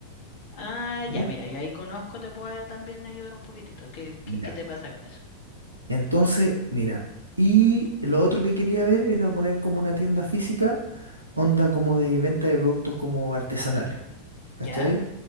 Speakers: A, on the left; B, on the right.
A: Ah, ya,
B: Y
A: mira, yo ahí conozco, te puedo también ayudar un poquitito. ¿Qué, qué,
B: Ya.
A: qué te pasa con eso?
B: Entonces, mira, y lo otro que quería ver era poner como una tienda física, onda como de venta de productos como artesanales, ¿cachai?
A: ¿Ya?